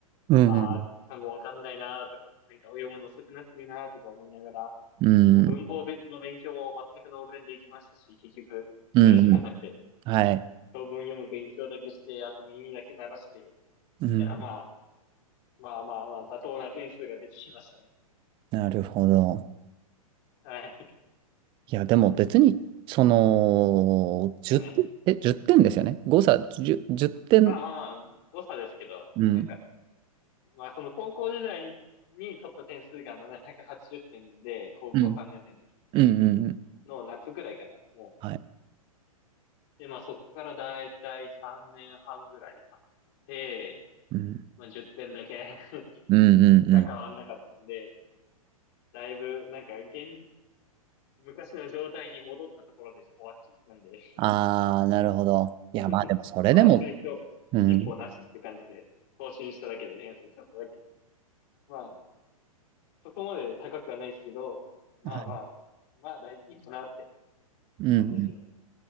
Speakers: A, on the right (about 25°); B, on the left (about 45°).
A: うん
B: ああ、単語わかんないなーとか、なんか読むの遅くなってるなーとか思いながら、
A: うん。
B: もう文法べの勉強も全くノーベンで行きましたし、
A: うん。
B: 結局、
A: うんうん。
B: やる時間なくて、
A: はい。
B: 長文読む勉強だけして、あと耳だけ鳴らして、
A: うん。
B: だからまあ、まあまあまあ、妥当な点数が出てきましたね。
A: なるほど。
B: はい。
A: いや、でも別に、その、10、
B: はい。
A: え、1点ですよね。誤差10、10点
B: まあまあまあ、誤差ですけど、
A: うん。
B: なんか、まあ、その高校時代に取った点数が780点で、高校3年生の時
A: うん。うん。うんうん
B: の夏ぐらいかな、もう。
A: はい。
B: で、まあ、そこからだいたい3年半ぐらい経って、
A: うん。
B: まあ、10点だけ <laughs>
A: うん。うん。
B: 変わんなかったんで、
A: うん
B: だいぶ、なんか、現、昔の状態に戻ったところで終わっちゃったんで、
A: ああなるほど。いや、
B: <laughs>
A: まあでも、それでも、
B: まあ、成長、
A: うん。
B: 進歩なしって感じで、更新しただけで点数ちょっとだけ。まあ、そこまで高くはないですけど、まあまあ、
A: はい。
B: まあ、大いいかなって
A: うん。
B: 感じですね。